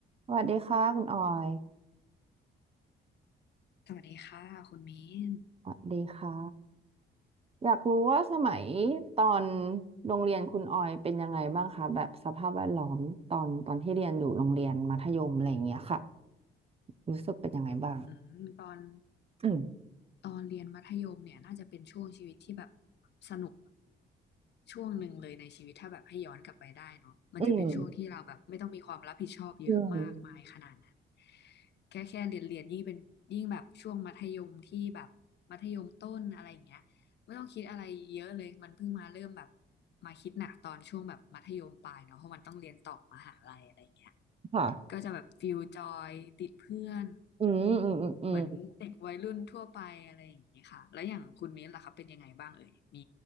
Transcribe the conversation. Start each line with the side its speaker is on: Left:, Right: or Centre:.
Right: สวัสดีค่ะคุณออย
Left: สวัสดีค่ะคุณเมน
Right: สวัสดีค่ะอยากรู้ว่าสมัยตอนโรงเรียนคุณออยเป็นยังไงบ้างคะแบบสภาพแวดล้อมตอนตอนที่เรียนอยู่โรงเรียนมัธยมอะไรอย่างเงี้ยค่ะรู้สึกเป็นยังไงบ้าง
Left: อืมตอน
Right: อืม
Left: ตอนเรียนมัธยมเนี่ยน่าจะเป็นช่วงชีวิตที่แบบสนุกช่วงหนึ่งเลยในชีวิตถ้าแบบให้ย้อนกลับไปได้เนาะมันจะเป็นช่วงที่เราแบบไม่ต้องมีความรับผิดชอบเยอะมากมายขนาดนั้น
Right: อืมอืม
Left: แค่แค่เรียนเรียนยิ่งเป็นยิ่งแบบช่วงมัธยมที่แบบมัธยมต้นอะไรอย่างเงี้ยไม่ต้องคิดอะไรเยอะเลยมันเพิ่งมาเริ่มแบบมาคิดหนักตอนช่วงแบบมัธยมปลายเนาะเพราะมันต้องเรียนต่อมหาลัยอะไรอย่างเงี้ย
Right: ค่ะ
Left: ก็จะแบบฟิลจอยติดเพื่อน
Right: อืมอืมอืมอืม
Left: เหมือนเด็กวัยรุ่นทั่วไปอะไรอย่างนี้ค่ะแล้วอย่างคุณมิ้นล่ะครับเป็นยังไงบ้างเอ่ยมี